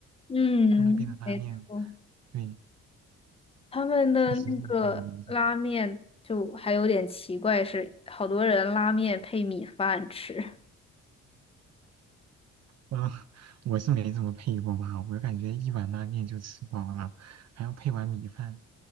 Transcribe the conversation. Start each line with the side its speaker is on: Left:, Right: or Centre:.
Left: 嗯，
Right: 他那边的拉面，
Left: 没错，
Right: 对，
Left: 他们的那个拉面就还有点奇怪，
Right: 确实是很有研究。
Left: 是好多人拉面配米饭吃，
Right: 嗯，我是没怎么配过吧，我感觉一碗拉面就吃饱了，还要配碗米饭，